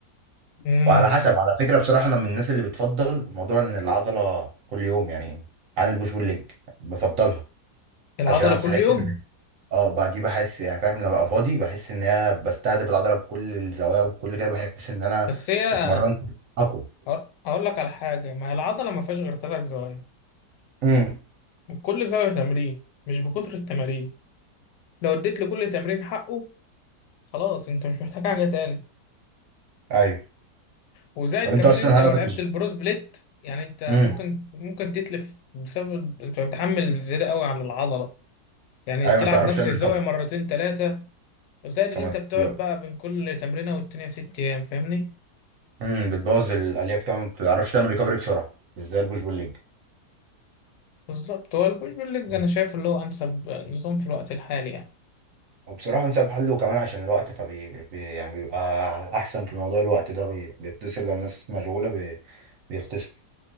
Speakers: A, on the left (about 85°); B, on the right (about 55°).
A: امم
B: وعلى حسب على فكره بصراحه انا من الناس اللي بتفضل موضوع ان العضله كل يوم يعني عن البوش بول ليج بفضلها
A: العضله
B: عشان انا بحس
A: كل يوم
B: ان اه بقى دي بحس يعني فاهم لما ببقى فاضي بحس ان انا بستهدف العضله بكل الزوايا وبكل كده بحس ان انا
A: بس هي
B: اتمرنت اقوى
A: هق- هقول لك على حاجه ما هي العضله ما فيهاش غير ثلاث زوايا
B: امم
A: وكل زاويه تمرين مش بكتر التمارين لو اديت لكل تمرين حقه خلاص انت مش محتاج حاجه تاني
B: ايوه
A: وزائد
B: طب انت
A: كمان
B: اصلا
A: ان انت لو
B: هدفك
A: لعبت
B: إيه؟
A: البروز بليت يعني انت
B: امم
A: ممكن ممكن تتلف بسبب انت بتحمل زياده قوي على العضله يعني
B: ايوه
A: تلعب
B: ما تعرفش
A: نفس
B: تعمل
A: الزاويه
B: ريكفري
A: مرتين ثلاثه وزائد اللي
B: فما
A: انت
B: بتبقى-
A: بتقعد بقى بين كل تمرينه والتانيه ست ايام فاهمني
B: امم بتبوظ الالياف كمان ما تعرفش تعمل ريكفري بسرعه مش زي البوش بول ليج
A: بالظبط هو البوش بول ليج
B: مم.
A: انا شايف اللي هو انسب نظام في الوقت الحالي يعني
B: وبصراحه انسب حل وكمان عشان الوقت فبي بي يعني بيبقى احسن في موضوع الوقت ده بي... بيختصر لو الناس مشغوله بي... بيختصر